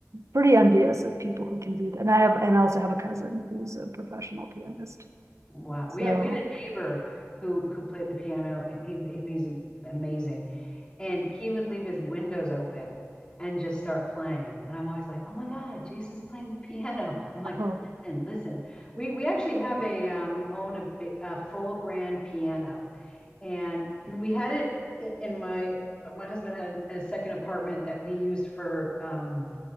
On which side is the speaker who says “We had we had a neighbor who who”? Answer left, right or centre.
Left